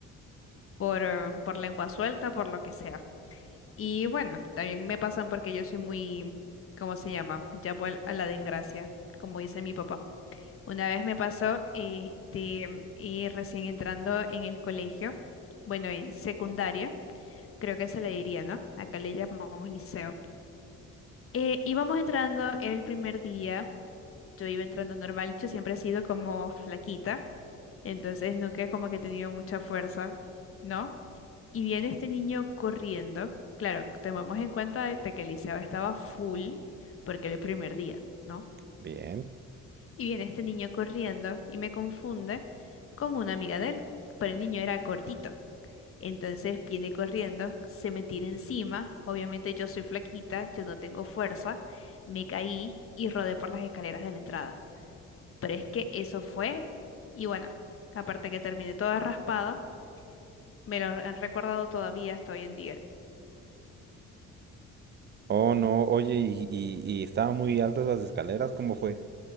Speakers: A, on the left; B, on the right.
A: por, eh, por lengua suelta, por lo que sea. Y bueno, también me pasan porque yo soy muy, ¿cómo se llama? Llamo al- a la desgracia, como dice mi papá. Una vez me pasó, este, y recién entrando en el colegio, bueno, en secundaria, creo que se le diría, ¿no? Acá le llamamos liceo. Eh, íbamos entrando en el primer día, yo iba entrando normal, yo siempre he sido como flaquita, entonces nunca como que he tenido mucha fuerza, ¿no? Y viene este niño corriendo, claro, tomemos en cuenta de que el liceo estaba full porque era el primer día, ¿no?
B: Bien.
A: Y viene este niño corriendo y me confunde con una amiga de él, pero el niño era cortito. Entonces viene corriendo, se me tira encima. Obviamente yo soy flaquita, yo no tengo fuerza. Me caí y rodé por las escaleras de la entrada. Pero es que eso fue. Y bueno, aparte que terminé toda raspada, me lo han recordado todavía hasta hoy en día.
B: Oh, no, oye, y, y, y estaban muy altas las escaleras, ¿cómo fue?